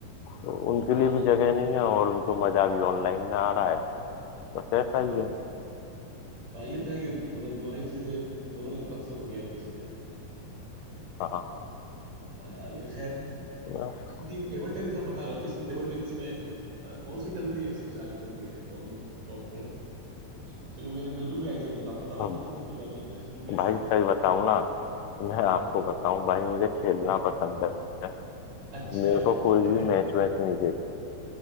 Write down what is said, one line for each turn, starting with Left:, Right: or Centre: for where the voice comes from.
Left: तो उनके
Right: हाँ
Left: लिए भी
Right: ज-
Left: जगह नहीं है और उनको मजा भी ऑनलाइन में आ रहा है बस ऐसा
Right: हाँ
Left: ही है
Right: हाँ ये तो है कि मतलब दोनों ही चीजें दोनों ही तरफ से हो गया वो चीजें
Left: हाँ
Right: हाँ लेकिन खैर
Left: हाँ।
Right: ये टेबल टेनिस आप बता रहे हो तो इसमें टेबल टेनिस में अ, कौन सी कंट्री सबसे आगे चलती है कौन टॉप पे है कुछ चूंकि मुझे बिल्कुल भी आइडिया नहीं था आप बता दो
Left: अब
Right: थोड़ी सी तो मैं भी इंटरेस्ट लूंगा इसमें
Left: भाई सही बताऊँ ना मैं
Right: हाँ
Left: आपको
Right: हाँ
Left: बताऊँ भाई मुझे खेलना पसंद है
Right: अच्छा
Left: मेरे को कोई
Right: <laughs>
Left: भी मैच वैच नहीं देखता